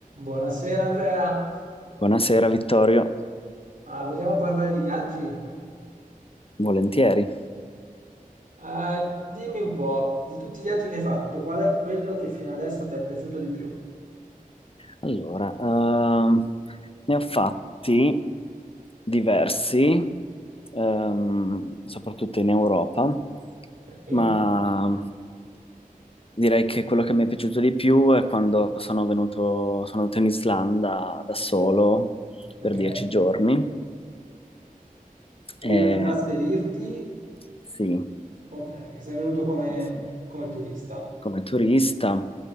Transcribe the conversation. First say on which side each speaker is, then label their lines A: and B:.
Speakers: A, on the right (about 65°); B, on the left (about 40°).
A: Buonasera Andrea,
B: Buonasera Vittorio,
A: Ah, vogliamo parlare di viaggi?
B: volentieri.
A: Eh, dimmi un po', di tutti i viaggi che hai fatto, qual è quello che fino adesso ti è piaciuto di più?
B: Allora, ehm, ne ho fatti diversi, ehm, soprattutto in Europa,
A: Ok,
B: ma direi che quello che mi è piaciuto di più è quando sono venuto, sono andato in Islanda da solo
A: ok.
B: per dieci giorni.
A: Prima
B: E,
A: di trasferirti,
B: sì,
A: ok, sei venuto come,
B: sì. sì.
A: come turista.
B: come turista,